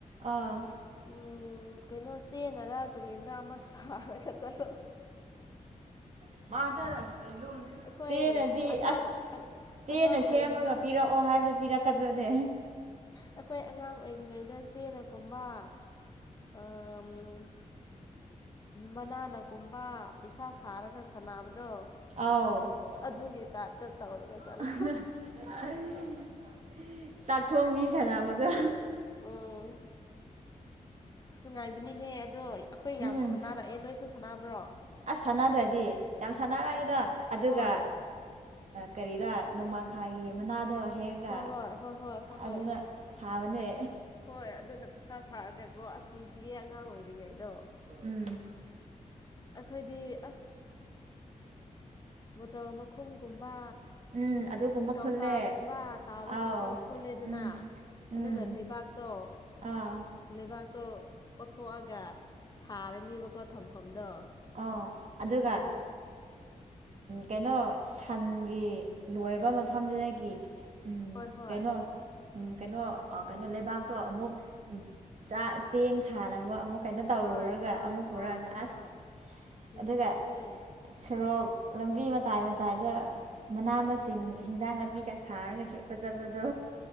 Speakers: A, on the right; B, on the left.
A: ꯑꯥ
B: ꯎꯝ ꯀꯩꯅꯣ ꯆꯦꯟꯅꯔ ꯀꯔꯤꯅꯔ ꯑꯃ ꯁꯥꯔꯒ ꯆꯠꯂꯣ
A: <unintelligible>
B: ꯑꯩꯈꯣꯏ
A: ꯆꯦꯅꯗꯤ
B: ꯑꯉꯥꯡ
A: ꯑꯁ ꯆꯦꯅ
B: ꯑꯉꯥꯡ ꯑꯣꯏꯔꯤ
A: ꯁꯦꯝꯃꯒ ꯄꯤꯔꯛꯑꯣ ꯍꯥꯏꯕꯗ ꯄꯤꯔꯛꯀꯗ꯭ꯔꯅꯦ
B: ꯑꯩꯈꯣꯏ ꯑꯉꯥꯡ ꯑꯣꯏꯔꯤꯉꯩꯗ ꯆꯦꯅꯒꯨꯝꯕ ꯑꯝ ꯃꯅꯥꯅ ꯀꯨꯝꯕ ꯄꯩꯁꯥ ꯁꯥꯔꯒ ꯁꯥꯟꯅꯕꯗꯣ
A: ꯑꯥꯎ
B: ꯑꯗꯨꯒꯤ ꯇꯥꯏꯞꯇ ꯇꯧꯔꯒ ꯆꯠꯂꯣ
A: ꯑꯩ <unintelligible> ꯆꯥꯛꯊꯣꯡꯕꯤ ꯁꯥꯟꯅꯕꯗꯣ
B: ꯑꯣ ꯑꯁ ꯅꯨꯡꯉꯥꯏꯕꯅꯤꯍꯦ ꯑꯗꯣ ꯑꯩꯈꯣꯏ
A: ꯎꯝ
B: ꯌꯥꯝ ꯁꯥꯟꯅꯔꯛꯑꯦ ꯅꯣꯏꯁꯨ ꯁꯥꯟꯅꯕ꯭ꯔꯣ
A: ꯑꯁ ꯁꯥꯟꯅꯗ꯭ꯔꯗꯤ ꯌꯥꯝ ꯁꯥꯟꯅꯔꯛꯑꯗ ꯑꯗꯨꯒ
B: ꯍꯣꯏ
A: ꯀꯔꯤꯔꯥ ꯅꯣꯡꯃꯥꯡꯈꯥꯒꯤ ꯃꯅꯥꯗꯣ ꯍꯦꯛ
B: ꯍꯣꯏ
A: ꯑ
B: ꯍꯣꯏ ꯍꯣꯏ ꯍꯣꯏ ꯍꯣꯏ ꯍꯣꯏ
A: ꯑꯗꯨꯅ ꯁꯥꯕꯅꯦ
B: ꯄꯩꯁꯥ ꯍꯣꯏ ꯑꯗꯨꯅ ꯄꯩꯁꯥ ꯁꯥꯔꯒꯀꯣ ꯑꯁ ꯅꯨꯡꯁꯤꯌꯦ ꯑꯉꯥꯡ ꯑꯣꯏꯔꯤꯉꯩꯗꯣ
A: ꯎꯝ
B: ꯑꯩꯈꯣꯏꯗꯤ ꯑꯁ ꯕꯣꯇꯜ ꯃꯈꯨꯝꯒꯨꯝꯕ
A: ꯎꯝ ꯑꯗꯨꯒꯨꯝꯕ
B: ꯀꯔꯤ ꯀꯧꯇꯥꯒꯨꯝꯕ
A: ꯈꯨꯜꯂꯦ
B: ꯇꯥꯕꯁꯤꯡꯗꯣ
A: ꯑꯥꯎ
B: ꯈꯨꯜꯂꯦꯗꯅ
A: ꯎꯝ ꯎꯝ
B: ꯑꯗꯨꯒ ꯂꯩꯕꯥꯛꯇꯣ
A: ꯑꯥ
B: ꯂꯩꯕꯥꯛꯇꯣ ꯀꯠꯊꯣꯛꯑꯒ ꯁꯥꯔꯅꯦꯕꯀꯣ ꯊꯝꯐꯝꯗꯣ
A: ꯑ ꯑꯗꯨꯒ
B: ꯑꯗꯨ
A: ꯀꯩꯅꯣ ꯁꯟꯒꯤ ꯂꯣꯏꯔꯕ ꯃꯐꯝꯗꯨꯗꯒꯤ ꯎꯝ
B: ꯍꯣꯏ ꯍꯣꯏ
A: ꯀꯩꯅꯣ ꯀꯩꯅꯣ ꯀꯩꯅꯣ ꯂꯩꯕꯥꯛꯇꯣ ꯑꯃꯨꯛ ꯆꯥꯛ ꯆꯦꯡ ꯁꯥꯟꯅꯕ ꯑꯃꯨꯛ ꯀꯩꯅꯣ ꯇꯧꯔꯨꯔꯒ
B: ꯍꯣꯏ ꯍꯣꯏ
A: ꯑꯃꯨꯛ ꯄꯨꯔꯛꯑꯒ
B: ꯍꯣꯏ ꯍꯣꯏ
A: ꯑꯁ
B: ꯅꯨꯡꯁꯤꯌꯦ
A: ꯑꯗꯨꯒ ꯁꯣꯔꯣꯛ ꯂꯝꯕꯤ ꯃꯇꯥꯏ ꯃꯇꯥꯏꯗ ꯃꯅꯥ ꯃꯁꯤꯡ ꯍꯟꯖꯥꯡ ꯅꯥꯄꯤꯒ ꯁꯥꯔꯒ ꯍꯦꯛꯄ ꯆꯠꯄꯗꯣ